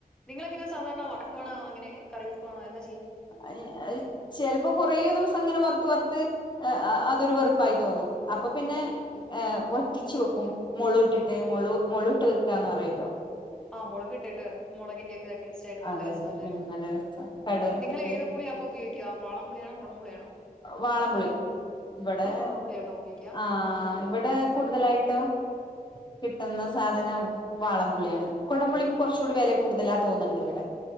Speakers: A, in the centre; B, on the left (about 30°).
A: നിങ്ങൾ എങ്ങനെയാ സാധാരണ വറക്കുവാണോ അങ്ങനെ കറി വെക്കുവാണോ എന്താ ചെയ്യാ
B: അഹ് അഹ് ചെലപ്പോ കൊറ ദിവസം അങ്ങനെ വറുത്ത് വറുത്ത് അഹ് അതൊരു വെറുപ്പായി തോന്നും അപ്പൊ പിന്നെ ഏ് വറ്റുച്ചു വെക്കും മുളട്ടുട്ട് മുള മുള്ള് ഇട്ട് വെക്കാന്ന് പറല്ലോ
A: ആഹ് മുളക് ഇട്ടിട്ട് മുളകിന്റെറെ ഒക്കെ ടേസ്റ്റ് ആയിട്ട് നല്ല
B: അതെ
A: രസല്ലേ
B: അതെ ഉം നല്ല രസാ
A: ആ
B: കടു വറുത്തിട്ട്
A: നിങ്ങൾ ഏത് പുളി അപ്പ ഉപയോഗിക്ക വാളം പുള്ളിയാണോ കൊടംപുള്ളിയണോ
B: വാളംപുളി ഇവിടെ
A: കുടംപുളിയാട്ടോ ഉപയോഗിക്കുക
B: ആ ഇവിടെ കൂടുതലായിട്ടും കിട്ടുന്ന സാധനം വാളംപുളിയാണ് കൊടംപുളിക്ക് കുറച്ചുകൂടി വില കൂടുതലാ തോന്നുന്നുണ്ട ഇവിടെ